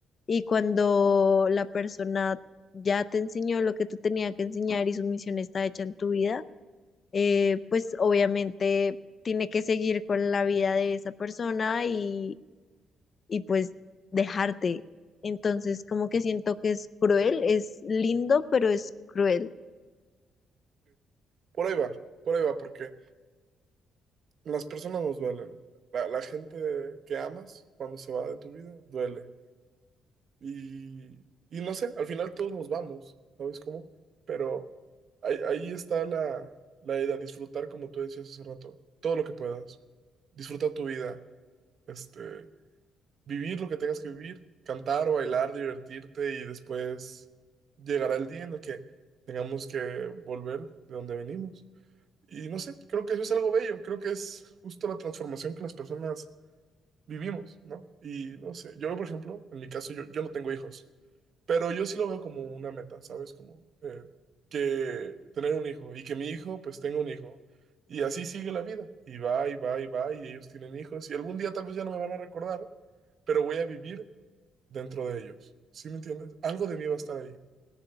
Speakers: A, on the left; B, on the right.
A: y cuando la persona ya te enseñó lo que tú tenías que enseñar y su misión está hecha en tu vida, eh, pues obviamente tiene que seguir con la vida de esa persona y, y pues dejarte. Entonces, como que siento que es cruel, es lindo, pero es cruel.
B: Por ahí va, por ahí va, porque las personas nos duelen. La, la gente que amas, cuando se va de tu vida, duele. Y, y no sé, al final todos nos vamos, ¿sabes cómo? Pero ahí, ahí está la, la idea, disfrutar, como tú decías hace rato, todo lo que puedas. Disfruta tu vida, este, vivir lo que tengas que vivir, cantar, bailar, divertirte y después llegará el día en el que tengamos que volver de donde venimos. Y no sé, creo que eso es algo bello, creo que es justo la transformación que las personas vivimos, ¿no? Y no sé, yo por ejemplo, en mi caso yo, yo no tengo hijos, pero yo sí lo veo como una meta, ¿sabes? Como eh, que tener un hijo y que mi hijo pues tenga un hijo. Y así sigue la vida, y va, y va, y va, y ellos tienen hijos, y algún día tal vez ya no me van a recordar, pero voy a vivir dentro de ellos. ¿Sí me entiendes? Algo de mí va a estar ahí.